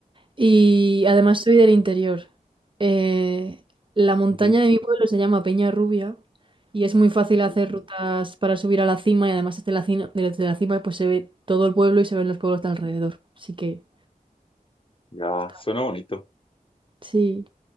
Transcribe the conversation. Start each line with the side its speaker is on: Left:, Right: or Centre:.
Right: Y además soy del interior. Eh, la montaña
Left: Ujú.
Right: de mi pueblo se llama Peña Rubia y es muy fácil
Left: Oh,
Right: hacer rutas para subir a la cima y además desde la cima, desde la cima pues se ve todo el pueblo y se ven los pueblos de alrededor. Así que
Left: Ya,
Right: está.
Left: suena bonito.
Right: Sí.